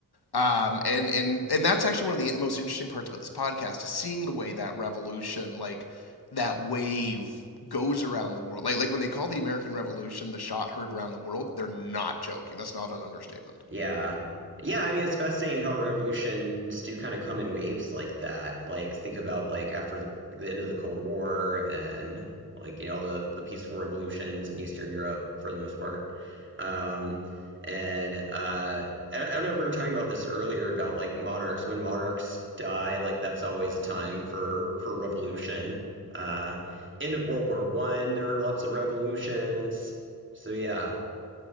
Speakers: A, on the left; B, on the right.
A: Um, and and and that's actually one of the most interesting parts about this podcast is seeing the way that revolution, like that wave, goes around the world. Like like when they call the American Revolution the shot heard around the world, they're not joking. That's not an understatement.
B: Yeah. Yeah, I mean, it's fascinating how revolutions do kind of come in waves like that. Like, think about like after the, the end of the Cold War and like, you know, the, the peaceful revolutions in Eastern Europe for the most part. Um, and uh, I, I don't know if we were talking about this earlier about like monarchs. When monarchs die, like that's always a time for for revolution. Uh, end of World War One, there were lots of revolutions. So yeah,